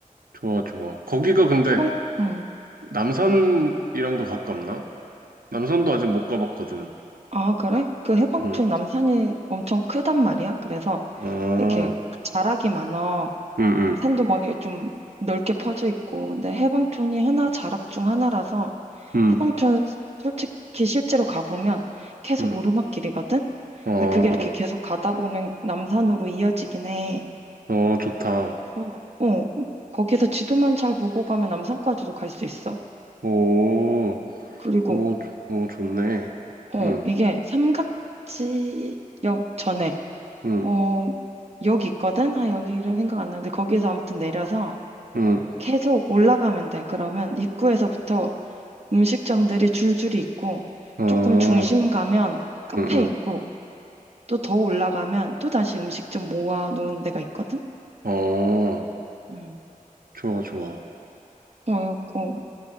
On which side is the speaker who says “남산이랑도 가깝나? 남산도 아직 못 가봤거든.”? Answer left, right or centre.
Right